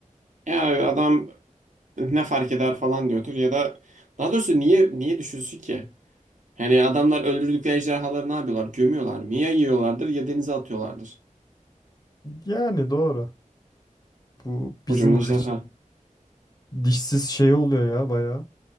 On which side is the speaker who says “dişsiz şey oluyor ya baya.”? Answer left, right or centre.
Left